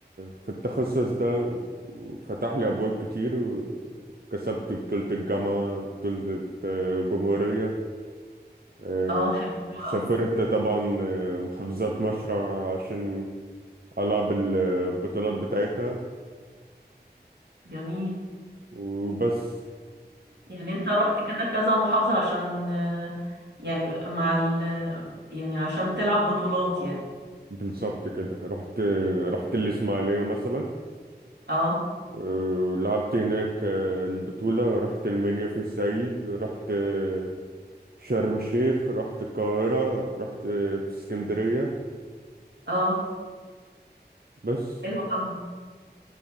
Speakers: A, on the right; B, on the right.
A: في التخصص ده واتفتح لي ابواب كتير وكسبت بطولة الجامعة بطولة الجمهورية آه،
B: اه حلو
A: سافرت
B: اه
A: طبعا آه، محافظات مشرع عشان ألعب البطولات بتاعتها
B: جميل
A: وبس
B: يعني انت رحت كده كذا محافظة عشان آه، يعني مع ال يعني عشان تلعب بطولات يعني
A: بالظبط كده رحت رحت الإسماعيلية مثلا
B: اه
A: آه، لعبت هناك آه، البطولة رحت المنيا في الصعيد رحت آه، شرم الشيخ رحت القاهرة رحت آه، في اسكندرية
B: اه
A: بس
B: حلو قوي